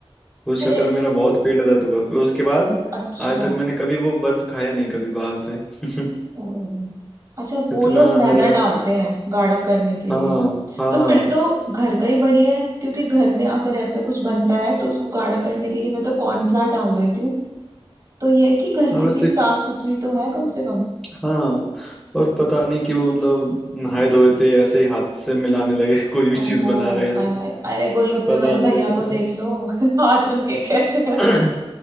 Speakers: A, in the centre; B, on the right.
A: उस
B: अरे
A: चक्कर में मेरा बहुत पेट दर्द हुआ फिर उसके बाद
B: अच्छा
A: आज तक मैंने कभी वो बर्फ खाया नहीं कभी बाहर से <laughs>
B: ओह। अच्छा वो
A: इतना
B: लोग मैदा
A: मेरा
B: डालते हैं गाढ़ा करने के
A: हाँ
B: लिए
A: हाँ
B: तो फिर तो घर का ही बढ़िया है क्योंकि घर में अगर ऐसा कुछ बनता है तो उसको गाढ़ा करने के लिए मैं तो कॉर्नफ्लावर डाल देती हूँ तो ये है कि घर
A: हाँ
B: की
A: वैसे
B: चीज साफ सुथरी तो है कम से कम
A: हाँ और पता नहीं कि वो मतलब नहाए धोए थे ऐसे ही हाथ से मिलाने लगे <laughs> कोई भी
B: ओहो
A: चीज बना रहे हैं
B: आय
A: तो
B: हाय अरे गोलगप्पे
A: पता
B: वाले
A: नहीं
B: भैया
A: लगता
B: को देख लो <laughs> हाथ उनके कैसे हैं।
A: <laughs>